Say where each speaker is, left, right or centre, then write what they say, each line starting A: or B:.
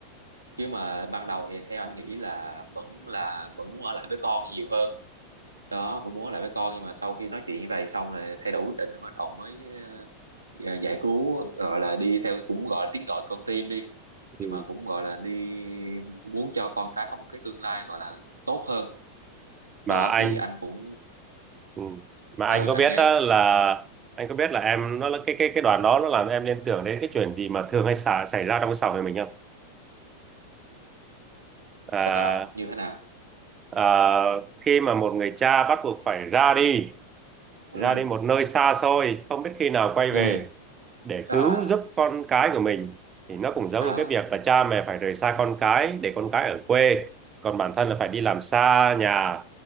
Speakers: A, on the right; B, on the right.
A: chứ mà ban đầu thì theo anh nghĩ là vẫn là vẫn muốn ở lại với con nhiều hơn đó cũng muốn ở lại với con nhưng mà sau khi nói chuyện như vậy xong rồi thay đổi quyết định rồi bắt đầu mới ờ, ờ, giải cứu gọi là đi theo cũng gọi là tiếng gọi con tim đi nhưng
B: ừ.
A: mà cũng gọi là đi muốn cho con cái có một cái tương lai gọi là tốt hơn
B: mà
A: đó
B: anh
A: thì anh cũng
B: ừ. mà
A: ừ
B: anh có
A: anh
B: biết
A: nghe
B: đó là anh có biết là em nó là cái cái cái đoàn đó nó làm em liên tưởng đến cái chuyện gì mà thường hay xả, xảy ra trong cái xã hội mình không à,
A: sao như thế nào
B: Ờ, khi mà một người cha bắt buộc phải ra đi
A: ừ
B: ra đi một nơi xa xôi không biết khi nào quay
A: ừ
B: về để
A: à
B: cứu giúp con cái của mình thì nó cũng giống
A: à
B: như cái việc là cha mẹ phải rời xa con cái để con cái ở quê còn bản thân là phải đi làm xa nhà